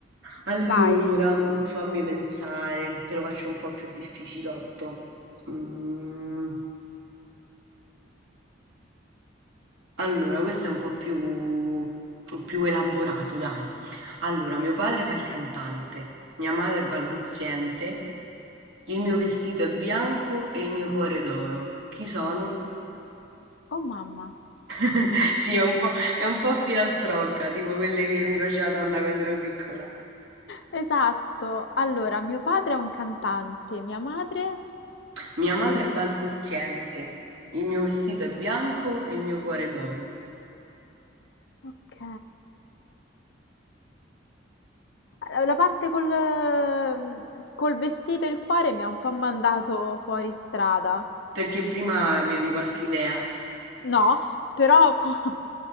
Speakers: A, on the left; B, on the right.
A: <laughs>
B: Allora,
A: Vai.
B: fammi pensare, te lo faccio un po' più difficilotto. Mm. Allora, questo è un po' più, più elaborato, dai. Allora, mio padre fa il cantante, mia madre è balbuziente, il mio vestito è bianco e il mio cuore è d'oro. Chi sono?
A: Oh mamma,
B: <laughs> Sì, è un po', è un po' filastrocca, tipo quelle che mi faceva nonna quando ero piccola.
A: esatto. Allora, mio padre è un cantante, mia madre...
B: Mia madre è balbuziente, il mio vestito è bianco e il mio cuore è d'oro.
A: Ok. Eh, La parte col, mm, col vestito e il cuore mi ha un po' mandato fuori strada.
B: Perché prima avevi qualche idea?
A: No, però co- <laughs>